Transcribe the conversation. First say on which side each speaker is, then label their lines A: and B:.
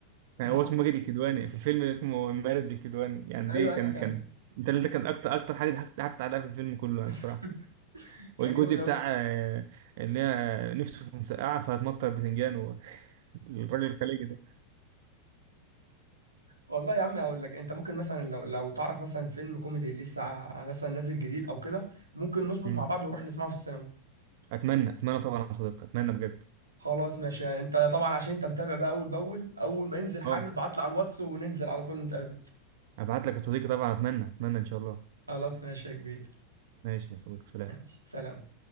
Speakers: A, on the right; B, on the right.
A: يعني
B: بصراحه
A: هو اسمه ماجد الكدواني في الفيلم اسمه مارد الكدواني يعني
B: ايوه
A: دي كان
B: ايوه كان
A: كان ده اللي كان اكتر اكتر حاجه ضحكت ضحكت عليها في الفيلم كله يعني بصراحه
B: <laughs> كان
A: والجزء
B: جامد
A: بتاع
B: قوي
A: آه، ان هي آه، نفسه في مسقعه فهتمطر بتنجان والراجل <laughs> الخليجي ده
B: والله يا عم هقول لك انت ممكن مثلا لو لو تعرف مثلا فيلم كوميدي لسه ع- مثلا نازل جديد او كده ممكن نظبط
A: مم.
B: مع بعض ونروح نسمعه في السينما
A: اتمنى اتمنى طبعا يا صديقي اتمنى بجد
B: خلاص ماشي انت طبعا عشان انت متابع بقى اول باول اول ما ينزل حاجه
A: اه
B: ابعت لي على الواتس وننزل على طول نتقابل
A: ابعت لك يا صديقي طبعا اتمنى اتمنى ان شاء الله
B: خلاص ماشي يا كبير
A: ماشي يا صديقي سلام
B: ماشي سلام